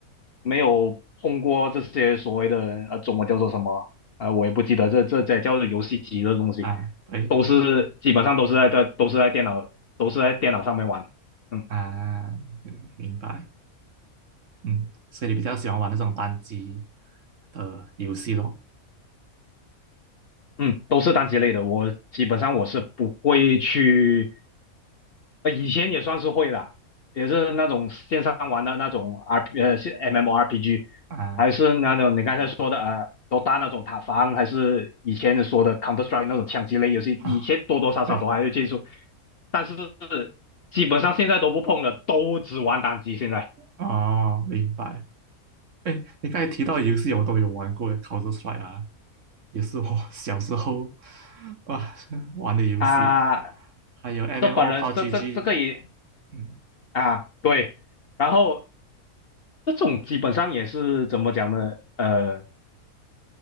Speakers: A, on the left; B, on the right.
A: 没有碰过这些所谓的呃中文叫做什么啊、呃，我也不记得这这这叫做游戏机的东西，
B: 啊，对
A: 都是基本上都是在在都是在电脑都是在电脑上面玩，嗯
B: 啊，明白。嗯，所以你比较喜欢玩那种单机的游戏咯？
A: 嗯，都是单机类的，我基本上我是不会去呃，以前也算是会啦，也是那种线上玩的那种 R P 呃是 M M O R P G，
B: 啊
A: 还是那种你刚才说的呃 d o 那种塔防，还是以前说的 Counter Strike 那种枪击类游戏，
B: 啊，
A: 以前多多少少都还会接触，
B: 对，
A: 但是基本上现在都不碰了，都只玩单机现在
B: 哦，明白。哎，你刚才提到游戏，我都有玩过，Counter Strike 啊，也是我 <laughs> 小时候啊玩的游戏，
A: 啊。
B: 还有 MMO、
A: 这本人这这这个也
B: PUBG，嗯，
A: 啊对，然后这种基本上也是怎么讲呢？呃。